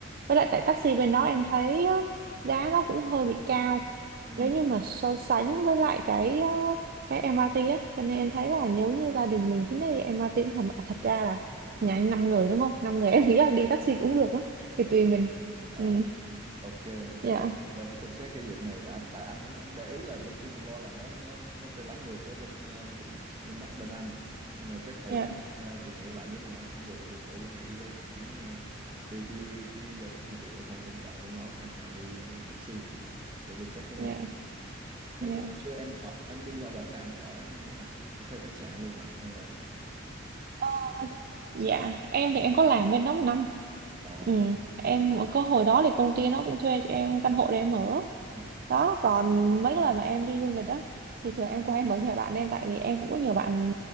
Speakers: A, on the right; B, on the right.
A: Với lại tại taxi bên đó em thấy á, giá nó cũng hơi bị cao.
B: ừ
A: Nếu như mà so sánh với lại cái ờ, cái MRT á, cho nên em thấy là nếu như gia đình mình thích nhất đi MRT cũng hợp. Mà Thật ra là nhà anh 5 người đúng không? năm người em nghĩ là đi taxi cũng được á thì tùy mình
B: à
A: ừ
B: ok ok
A: dạ
B: để anh xem xét cái vụ này tại, tại anh không không để ý là bên Singapore là nó nó nó tay lái ngược với bên ờ, bên bên bên Anh nên là chắc phải
A: dạ
B: phải ờ, tìm hiểu lại nếu mà không không được thì phải nghĩ tới phương án ờ, đi cái cái giao, phương tiện giao thông công cộng của nó hoặc là đi taxi để đi check cái
A: dạ
B: này ừ. mấy
A: dạ
B: cái hồi xưa em ở em đi qua bển là em ở như thế nào thuê khách sạn luôn hả hay là sao
A: Ờ, dạ em thì em có làm bên đó một năm
B: Ồ.
A: ừ em có hồi đó thì công ty nó cũng thuê cho em căn hộ để em ở
B: ừ.
A: đó còn mấy cái lần mà em đi du lịch đó thì thường em qua em ở nhà bạn em tại vì em cũng có nhiều bạn